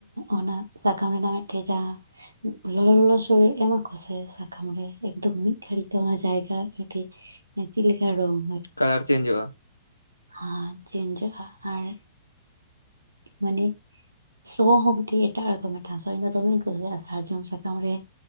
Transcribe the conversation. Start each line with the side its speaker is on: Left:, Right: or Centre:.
Right: ᱚᱱᱟ ᱥᱟᱠᱟᱢ ᱨᱮᱱᱟᱜ ᱢᱤᱫᱴᱮᱱ ᱡᱟᱦᱟᱸ ᱞᱚᱞᱚ ᱞᱚᱞᱚ ᱥᱚᱲᱮ ᱮᱢ ᱚᱱᱟ ᱠᱚᱥᱮ ᱥᱟᱠᱟᱢ ᱨᱮ ᱮᱠᱫᱚᱢ ᱢᱤᱫ ᱜᱷᱟᱹᱲᱤᱡ ᱛᱮ ᱚᱱᱟ ᱡᱟᱭᱜᱟ ᱢᱤᱫᱴᱮᱡ ᱪᱮᱫ ᱞᱮᱠᱟ ᱨᱚᱝ
Left: ᱠᱟᱞᱟᱨ ᱪᱮᱧᱡᱚᱜᱼᱟ᱾
Right: ᱦᱮᱸ ᱪᱷᱮᱱᱡᱚᱜᱼᱟ ᱟᱨ
Left: ᱻ <inaudible>
Right: ᱢᱟᱱᱮ ᱥᱚ ᱦᱚᱸ ᱢᱤᱫᱴᱤᱡ ᱮᱴᱟᱜ ᱨᱚᱠᱚᱢ ᱢᱤᱫᱴᱟᱝ ᱥᱚ ᱤᱧ ᱫᱚᱢᱮᱧ ᱠᱩᱥᱤᱭᱟᱜᱼᱟ᱾ ᱥᱟᱨᱡᱚᱢ ᱥᱟᱠᱟᱢ ᱨᱮ